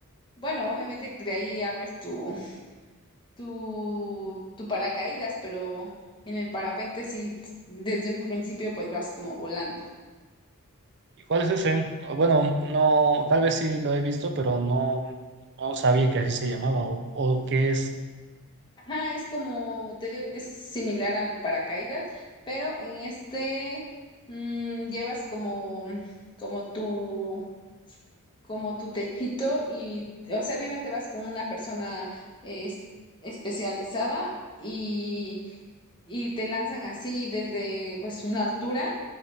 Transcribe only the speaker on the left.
Bueno, obviamente de ahí abres tu tu, tu paracaídas, pero en el parapente sí, desde un principio pues vas como volando.
Ajá, es como, te digo que es similar al paracaídas, pero en este mm, llevas como, como tu, como tu techito y, o sea, obviamente vas con una persona eh, es- especializada y, y te lanzan así desde pues una altura